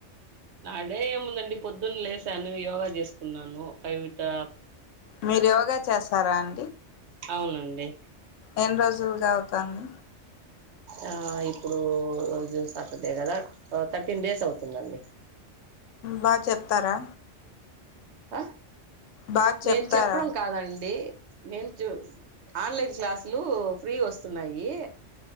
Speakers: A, on the right; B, on the left.
A: నా డే ఏముందండి పొద్దున్న లేశాను, యోగా చేసుకున్నాను ఫైవ్ ఇట్టా
B: మీరు యోగా చేస్తారా అం
A: అవునండి
B: ఎన్ని రోజులుగా అవుతాంది
A: ఆ ఇప్పుడు సాటర్డే కదా థర్టీన్ డేస్ అవుతుందండి
B: బాగ చెప్తారా
A: ఆ
B: బాగా చెప్తారా
A: నేను చెప్పడం కాదండి నేన్ చూ ఆన్లైన్ క్లాసులు ఫ్రీ వస్తున్నాయి